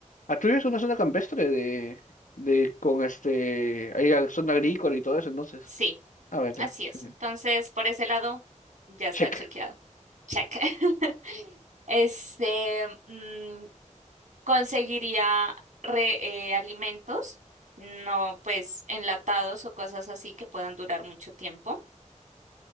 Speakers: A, on the left; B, on the right.
A: Atruyo es una zona campestre de, de con este, hay la zona agrícola y todo eso, entonces.
B: Sí,
A: A ver, ya,
B: así es.
A: genial.
B: Entonces, por ese lado, ya está
A: Check.
B: chequeado. Check. <laughs> Este, mm, conseguiría re- eh, alimentos, no pues enlatados o cosas así que puedan durar mucho tiempo.